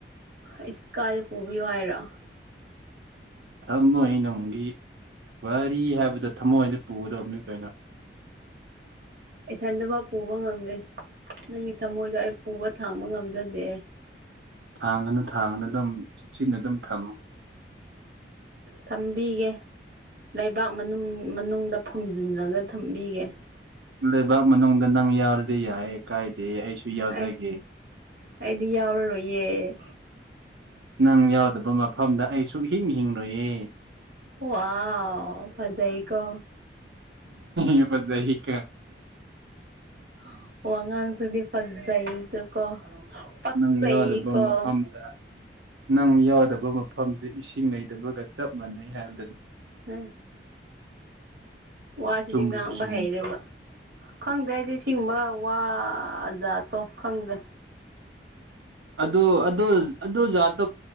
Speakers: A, on the right; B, on the right.
A: ꯑꯩ ꯀꯥꯏꯗ ꯄꯨꯕꯤꯌꯨ ꯍꯥꯏꯔꯣ
B: ꯊꯝꯃꯣꯏ ꯅꯨꯡꯒꯤ ꯋꯥꯔꯤ ꯍꯥꯏꯕꯗꫭ ꯊꯝꯃꯣꯏꯗ ꯄꯨꯒꯗꯕꯅꯤ ꯀꯩꯅꯣ ꯃ
A: ꯏꯊꯟꯗꯐꯥꯎ ꯄꯨꯕ ꯉꯝꯗꯦ ꯅꯪꯒꯤ ꯊꯃꯣꯏꯗꯣ ꯑꯩ ꯄꯨꯕ ꯊꯥꯡꯕ ꯉꯝꯖꯗꯦ
B: ꯊꯥꯡꯒꯅ ꯊꯥꯡꯉꯅ ꯑꯗꯨꯝ ꯆꯦꯛꯁꯤꯟꯅ ꯑꯗꯨꯝ ꯊꯝꯃꯨ
A: ꯊꯝꯕꯤꯒꯦ ꯂꯩꯕꯥꯛ ꯃꯅꯨꯡ ꯃꯅꯨꯡꯗ ꯐꯨꯝꯖꯤꯜꯂꯒ ꯊꯝꯕꯤꯒꯦ
B: ꯂꯩꯕꯥꯛ ꯃꯅꯨꯡꯗ ꯅꯪ ꯌꯥꯎꯔꯗꯤ ꯌꯥꯏ ꯀꯥꯏꯗꯦ ꯑꯩꯁꯨ ꯁꯨ ꯌꯥꯎꯖꯒꯦ
A: ꯑꯩ ꯑꯩꯗꯤ ꯌꯥꯎꯔꯔꯣꯏꯌꯦ
B: ꯅꯪ ꯌꯥꯎꯗꯕ ꯃꯐꯝꯗ ꯑꯩꯁꯨ ꯍꯤꯡ ꯍꯤꯡꯡꯂꯣꯏꯌꯦ
A: ꯋꯥꯎ ꯐꯖꯥꯏꯀꯣ
B: ꯍ ꯄꯠꯖ ꯍ ꯀ
A: ꯍꯥ ꯋꯥꯉꯥꯡꯁꯨꯗꯤ ꯐꯖꯩꯗꯀꯣ ꯄꯛꯆꯩꯀꯣ
B: ꯅꯪ ꯌꯥꯎꯗꯕ ꯃꯐꯝꯗ ꯅꯪ ꯌꯥꯎꯗꯕ ꯃꯐꯝꯗ ꯏꯁꯤꯡ ꯅꯩꯗꯕꯒ ꯆꯞ ꯃꯥꯟꯅꯩ ꯍꯥꯏꯕꯗꯨꯅꯤ
A: ꯎꯝ ꯋꯥꯁꯤꯗꯤ
B: ꯆꯨꯝꯕꯨ
A: ꯉꯥꯡꯕ
B: ꯆꯨꯝꯗ꯭ꯔꯣ
A: ꯍꯩꯗꯕ ꯈꯪꯗꯦ ꯑꯩꯗꯤ ꯁꯤꯡꯕ ꯋꯥꯖꯥꯠꯇꯣ ꯈꯪꯗꯦ
B: ꯑꯗꯨ ꯑꯗꯨ ꯑꯗꯨ ꯖꯥꯠꯇꯣ